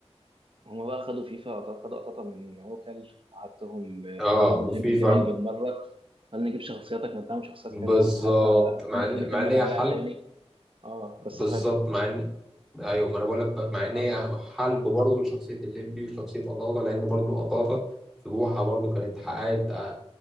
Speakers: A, on the right (about 55°); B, in the centre.
A: هم بقى خدوا فيفا خدوا قططه من عوكل وحطهم آه،
B: اه
A: وجابوا الليمبي
B: وفيفا
A: كمان بالمره هل نجيب شخصياتك من تعمل شخصيات
B: بالظبط
A: حلوة حتى
B: مع
A: ن-
B: ان
A: نكمل
B: مع ان هي
A: عليها
B: حل
A: تاني اه بس
B: بالظبط
A: حلو
B: مع ان ايوه ما انا بقول لك بقى- مع
A: نعم
B: ان هي حلب برضه لشخصيه الليمبي وشخصيه قطاطه لان برضه قطاطه في بوحه برضه كانت حققت